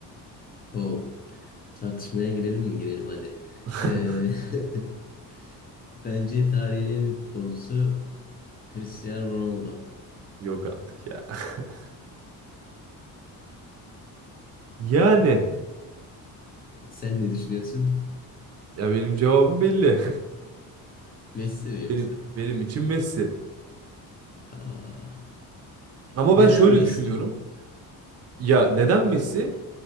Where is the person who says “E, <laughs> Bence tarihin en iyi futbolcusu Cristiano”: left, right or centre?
Left